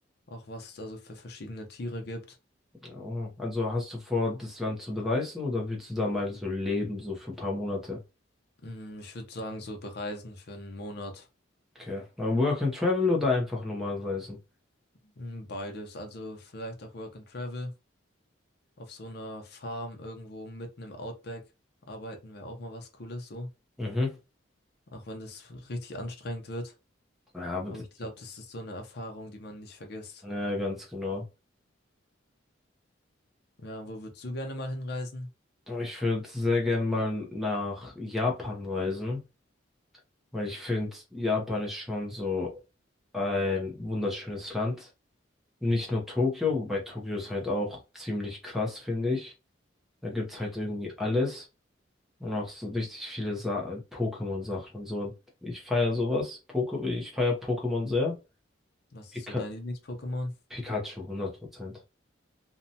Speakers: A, on the left; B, in the centre.
A: auch was es da so für verschiedene Tiere gibt.
B: Oh, Also hast du vor, das Land zu bereisen oder willst du da mal so leben, so für ein paar Monate?
A: Mm, Ich würde sagen, so bereisen für einen Monat.
B: Okay. Mal Work and Travel oder einfach normal reisen?
A: Mm, Beides. Also vielleicht auch Work and Travel. Auf so einer Farm irgendwo mitten im Outback arbeiten wäre auch mal was Cooles so.
B: Mhm.
A: Auch wenn das richtig anstrengend wird.
B: Ja, aber
A: Aber
B: das,
A: ich glaube, das ist so eine Erfahrung, die man nicht vergisst.
B: Ja, ganz genau.
A: Ja, wo würdest du gerne mal hinreisen?
B: Ich würde sehr gern mal nach Japan reisen, weil ich finde, Japan ist schon so ein wunderschönes Land. Nicht nur Tokio, wobei Tokio ist halt auch ziemlich krass, finde ich. Da gibt's halt irgendwie alles und auch so richtig viele Sa- Pokémon-Sachen und so. Und ich feiere sowas. Poke ich feiere Pokémon sehr.
A: Was
B: Pika
A: ist so dein Lieblings-Pokémon?
B: Pikachu, hundert Prozent